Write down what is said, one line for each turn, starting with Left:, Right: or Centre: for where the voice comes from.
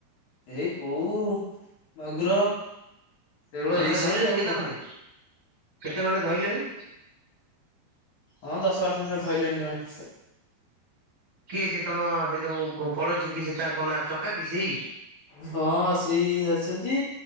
Left: ଏଇ କଉ ମାଗୁର। ସେଗୁଡା
Right: ତଥାପି
Left: ଏଇ
Right: ଧଇଲେଣି
Left: ସବୁ ଆଉ
Right: କେତେ
Left: କଣ
Right: ଖଣ୍ଡେ କେତେ ଖଣ୍ଡେ ଧଇଲେଣି?
Left: ହଁ ଦଶ ଆଠ ନେଖା ଧଇଲେଣି ଜଣେ।
Right: କିଏ ସିଏ ତମ ସେ ଯୋଉ ପଡୋଶୀ କିଏ ସେ ତାଙ୍କ ନାଁ ଚକା କି ସେଇ
Left: ହଁ ସେଇ ଆସିଛନ୍ତି।